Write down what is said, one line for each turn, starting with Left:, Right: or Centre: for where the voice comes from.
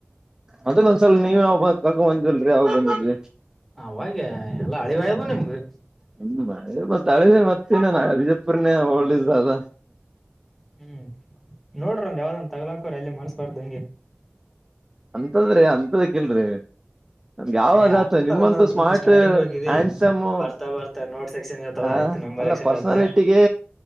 Right: ಅದಲ್ ಒಂದ್ಸಲ ನೀವು ಯ ಕರಕೊಡು ಬಂದಿಲ್ರರಿ ಅವ್ ಬಂದಿದ್ವಿ
Centre: ಅವಾಗ ಎಲ್ಲ ಅಳಿವಯ್ದು ನಿಮ್ಗ
Right: ಹ್ಮ್ ಹಳೆವೆ ಹಳೆವೆ ಮತ್ತ ಇನ ಬಿಜಯಪುರ್ನೇಗೆ ಹೋಲ್ಡ್ ಅದ
Centre: ಹ್ಮ್ ನೋಡ್ರಿ ಒಂದು ಯಾವ್ದಂದು ತಗಲಾಕೋ್ರ ಅಲ್ಲಿ ಮನ್ಸ್ಬಾರ್ದು ಹಂಗೆ
Right: ಅಂತದ್ರೆ ಅಂತದ ಕಿಲ್ರರಿ ಯಾವದಾತ
Centre: ಏ ಆತಿರ್ತಾವಲ್ಲ
Right: ನಿಮಂತೂ
Centre: ಅವು
Right: ಸ್ಮಾರ್ಟ್
Centre: ಈಗ ಸ್ಟಾರ್ಟಿಂಗ್ ಹೋಗಿದಿ
Right: ಹ್ಯಾಂಡ್ಸಮು
Centre: ಬರ್ತಾ ಬರ್ತಾ ನೋಟ್
Right: <inaudible>
Centre: ಸೆಕ್ಷನ್ ಇರ್ತಾವ
Right: ಹ
Centre: ಆಯ್ತು ನಂಬರ್
Right: ಅಲ್ಲ
Centre: ಸೆಕ್ಷನ್
Right: ಪರ್ಸನಾಲಿಟಿಗೆ
Centre: ಇರ್ತ